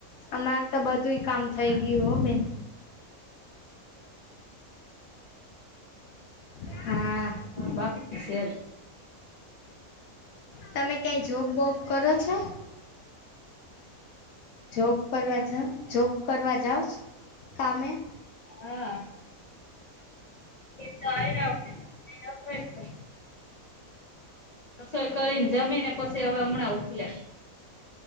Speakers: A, on the left; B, on the left.
A: અમારે તો બધું કામ થઈ ગયું હો બેન. હા.
B: હા બાકી છે.
A: તમે ક્યાંય જોબબોબ કરો છો. જોબ કરવા જાવ જોબ કરવા જાવ કામે.
B: હા તો આ રા હોુંય <inaudible> તો રસોઈ કરીને જમી ને પછી હવે હમણાં ઉકલ્યા.